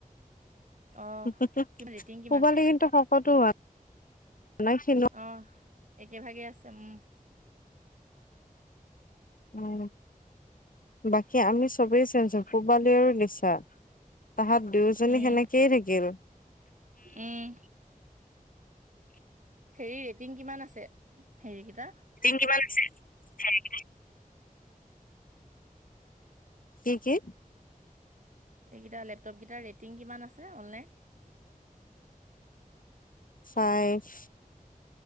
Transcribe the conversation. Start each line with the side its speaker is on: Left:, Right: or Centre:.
Right: অ
Left: হ হ
Right: কিমান ৰেটিং কিমান
Left: পোবালি কিন্তু শকতো হোৱা নাই কিনো হোৱা নাই।
Right: অ' একে ভাগে আছে উম।
Left: উম, বাকী আমি চবেই চেইনজ হলো পূবালী লিচা। তাহত দুয়োজনী
Right: উম
Left: সেনেকেই থাকিল।
Right: উম। হেৰি ৰেটিং কিমান আছে হেৰি কিটা?
Left: টিং কিমান আছে চাই কেনে? কি কি?
Right: এইকেইটা লেপটপকেইটাৰ ৰেটিং কিমান আছে অনলাইন?
Left: ফাইফ